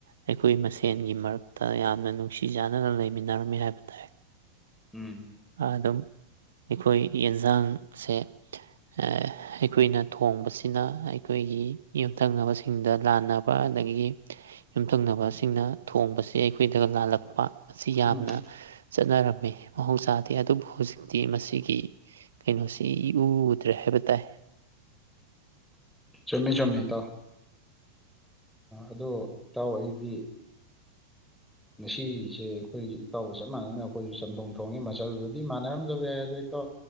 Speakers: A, on the right (about 65°); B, in the centre.
A: ꯑꯩꯈꯣꯏ ꯃꯁꯦꯟꯒꯤ ꯃꯔꯛꯇ ꯌꯥꯝꯅ ꯅꯨꯡꯁꯤ ꯆꯥꯟꯅꯅ ꯂꯩꯃꯤꯟꯅꯔꯝꯃꯤ ꯍꯥꯏꯕ ꯇꯥꯏ
B: ꯎꯝ
A: ꯑꯗꯨꯝ ꯑꯩꯈꯣꯏ ꯌꯦꯟꯁꯥꯡꯁꯦ ꯑꯩꯈꯣꯏꯅ ꯊꯣꯡꯕꯁꯤꯅ ꯑꯩꯈꯣꯏꯒꯤ ꯌꯨꯝꯊꯪꯅꯕꯁꯤꯡꯗ ꯂꯥꯟꯅꯕ ꯑꯗꯒꯤ ꯊꯪꯅꯕꯁꯤꯡꯅ ꯊꯣꯡꯕꯁꯤ ꯑꯩꯈꯣꯏꯗ ꯂꯥꯜꯂꯛꯄ ꯃꯁꯤ ꯌꯥꯝꯅ
B: ꯎꯝ
A: ꯆꯠꯅꯔꯝꯃꯤ ꯃꯍꯧꯁꯥꯗꯤ ꯑꯗꯨꯕꯨ ꯍꯧꯖꯤꯛ ꯤ ꯃꯁꯤꯒꯤ ꯀꯩꯅꯣꯁꯤꯎꯗ꯭ꯔꯦ ꯍꯥꯏꯕ ꯇꯥꯏ
B: ꯆꯃꯤ ꯆꯃꯤ ꯇ ꯑꯗꯣ ꯏꯇꯥꯎ ꯑꯩꯗꯤ ꯉꯁꯤꯁꯦ ꯑꯩꯈꯣꯏ ꯏꯇꯥꯎꯒ ꯆꯞ ꯃꯥꯟꯅꯅ ꯑꯩꯈꯣꯏꯁꯨ ꯆꯝꯊꯣꯡ ꯊꯣꯡꯉꯦ ꯃꯆꯜꯕꯨꯗꯤ ꯃꯥꯟꯅꯔꯝꯖꯕ ꯌꯥꯏ ꯑꯗꯣ ꯏꯇꯥꯎ